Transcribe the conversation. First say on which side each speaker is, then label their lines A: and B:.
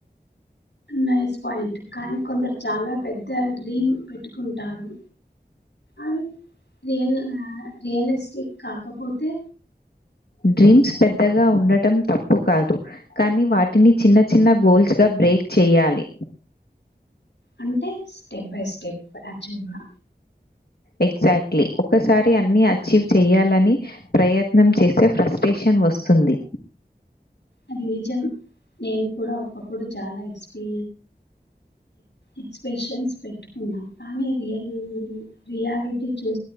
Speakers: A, on the left; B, on the left.
A: నైస్ పాయింట్ కానీ కొందరు చాలా పెద్ద డ్రీమ్ పెట్టుకుంటారు అవి రియల్ రియలిస్టిక్ కాకపోతే
B: డ్రీమ్స్ పెద్దగా ఉండటం తప్పు కాదు కానీ వాటిని చిన్న చిన్న గోల్స్ గా బ్రేక్ చేయాలి
A: అంటే స్టెప్ బై స్టెప్ యాచలా
B: ఎగ్జాక్ట్లీ ఒకసారి అన్ని అచీవ్ చేయాలని ప్రయత్నం చేసే ఫ్రస్టేషన్ వస్తుంది
A: అది నిజం నేను కూడా ఒకప్పుడు చాలా ఎక్స్పీ ఎక్స్ప్రెషన్స్ పెట్టుకున్నా కానీ రియల్ రియాలిటీ చూ